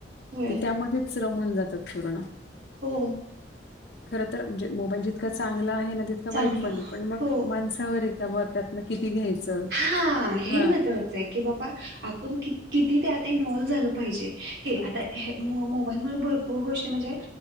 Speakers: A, on the right (about 70°); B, on the left (about 60°).
A: होय.
B: ते त्यामध्येच रमून जातात पूर्ण.
A: हो.
B: खर तर मोबाईल जितका चांगला आहे ना तितका
A: चांगला
B: वाईट पण मग
A: हो
B: माणसावर आहे. त्यामुळे त्यातन किती घ्यायचं किंवा
A: हां, हे महत्त्वाचं की बाबा आपण क किती त्या आत इन्वॉल्व्ह झालं पाहिजे. हे
B: हां,
A: आता मोबाईलमुळे भरपूर गोष्टी म्हणजे